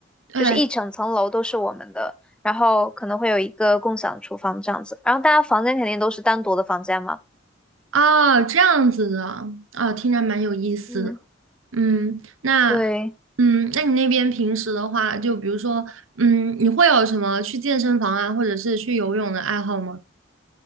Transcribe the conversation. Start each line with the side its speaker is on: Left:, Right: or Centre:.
Right: 对，
Centre: 就是一整层楼都是我们的，然后可能会有一个共享厨房这样子，然后大家房间肯定都是单独的房间嘛。
Right: 哦，这样子的，啊、听着蛮有意思的。
Centre: 嗯，
Right: 嗯，那，
Centre: 对，
Right: 嗯，那你那边平时的话，就比如说，嗯，你会有什么去健身房啊，或者是去游泳的爱好吗？